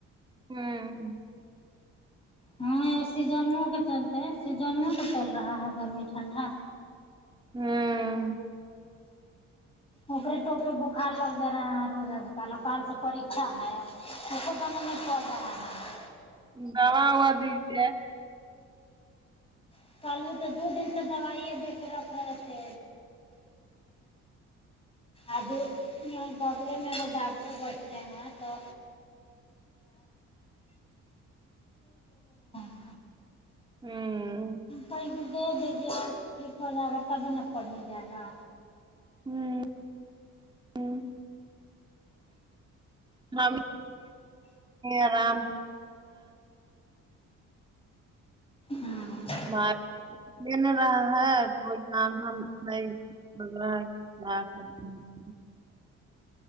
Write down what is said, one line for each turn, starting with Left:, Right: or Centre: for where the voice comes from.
Right: ہمم
Left: ہاں اسی جنموں کے چلتے سے جنموں کا چل رہا ہے گرمی ٹھنڈا
Right: ہمم
Left: ارے ٹوپے بخار لگ جا رہا ہے روز آج کل اور کال سے پرکچھا ہے ا <inaudible>
Right: دوا ہوا دیجیے
Left: <inaudible> کل سے دو دن سے داوئ دے کے رکھ رہے تھے آج یہاں دوگلے میں ڈاکٹر بیٹھے ہیں تو <inaudible>
Right: ہمم
Left: کو بھی دے دیجیے ٹھیک ہو جائے گا تبھی ن پڑھ نہیں جائے گا
Right: ہوں ہوں <unintelligible> ہم آرام
Left: ہمم
Right: <unintelligible> <unintelligible>